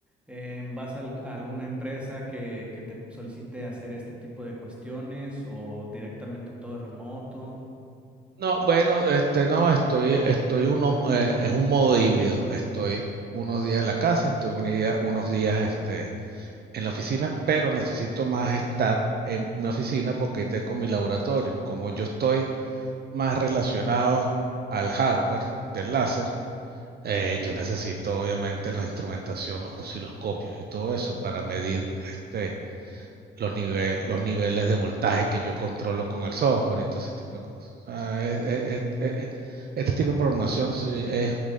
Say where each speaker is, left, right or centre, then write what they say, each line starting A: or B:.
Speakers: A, in the centre; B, on the right.
A: em, vas a, alg- a alguna empresa que, que te solicite hacer este tipo de cuestiones o directamente todo es remoto.
B: No, bueno, este no, estoy, estoy uno, eh, es un modo híbrido. Estoy unos días en la casa, estoy un día, unos días este, en la oficina, pero necesito más estar en mi oficina porque tengo mi laboratorio. Como yo estoy más relacionado al hardware del láser, eh, yo necesito obviamente la instrumentación, los osciloscopios y todo eso para medir este, los, nive los niveles de voltaje que yo controlo con el software y todo ese tipo de cosas. O sea, es- es- es- es- este tipo de programación sí es